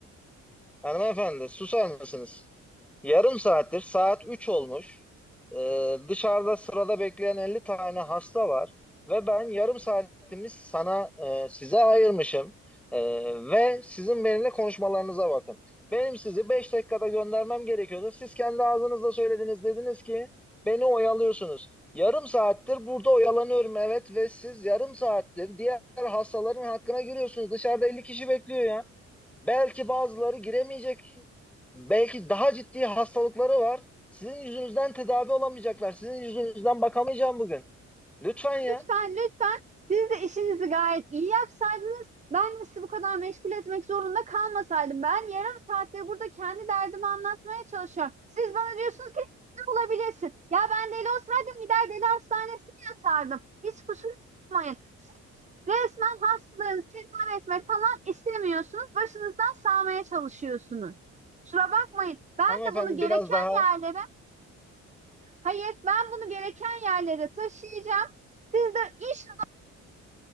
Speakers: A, in the centre; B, on the right.
A: Hanımefendi susar mısınız? Yarım saattir saat 3 olmuş. Ee, dışarıda sırada bekleyen 50 tane hasta var. Ve ben yarım saatimi sana e, size ayırmışım. Ee, ve sizin benimle konuşmalarınıza bakın. Benim sizi 5 dakikada göndermem gerekiyordu. Siz kendi ağzınızla söylediniz. Dediniz ki beni oyalıyorsunuz. Yarım saattir burada oyalanıyorum evet ve siz yarım saattir diğer hastaların hakkına giriyorsunuz. Dışarıda 50 kişi bekliyor ya. Belki bazıları giremeyecek. Belki daha ciddi hastalıkları var. Sizin yüzünüzden tedavi olamayacaklar. Sizin yüzünüzden bakamayacağım bugün. Lütfen ya.
B: Lütfen lütfen siz de işinizi gayet iyi yapsaydınız ben sizi bu kadar meşgul etmek zorunda kalmasaydım. Ben yarım saattir burada kendi derdimi anlatmaya çalışıyorum. Siz bana diyorsunuz ki ne olabilirsin? Ya ben deli olsaydım gider deli hastanesine yatardım. Hiç kusura bakmayın. Siz resmen hastalarınızı tedavi etmek falan istemiyorsunuz. Başınızdan sağmaya çalışıyorsunuz. Kusura bakmayın. Ben
A: Hanımefendi
B: de bunu gereken
A: biraz daha,
B: yerlere, hayır ben bunu gereken yerlere taşıyacağım. Siz de iş